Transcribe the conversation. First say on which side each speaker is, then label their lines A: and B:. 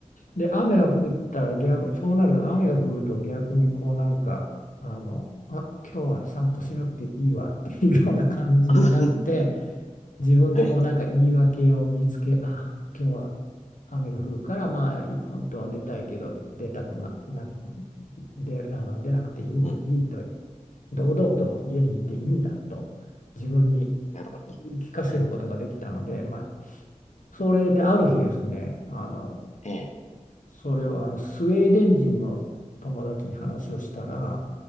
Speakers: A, on the left; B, on the left.
A: で雨が降ったら逆にそうなると雨が降ると逆にこうなんかあのあ今日は散歩しなくていいわっていうような感じになって。
B: <laughs> うん。
A: 自分でこうなんか言い訳を見つけ、
B: はい。
A: あ、今日は雨が降るから、まあ本当は出たいけど、で出たくな、な、で、あの、出なくていい、
B: うん。
A: いいと、堂々と家にいていいんだと自分に
B: なるほど。
A: 言い聞かせることができたので、まあ、それである日ですね、
B: うん。
A: あの、
B: ええ。
A: それをあのスウェーデン人の友達に話をしたら、